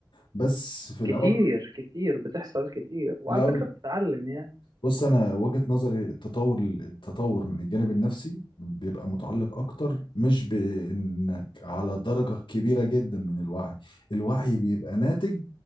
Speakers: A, on the left; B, on the right.
A: بس في الاول
B: كتير كتير بتحصل كتير وعلى
A: في الاول
B: فكرة بتتعلم يعني
A: بص انا وجهة نظري التطور التطور من الجانب النفسي بيبقى متعلق اكتر مش بانك على درجة كبيرة جدا من الوعي الوعي بيبقى ناتج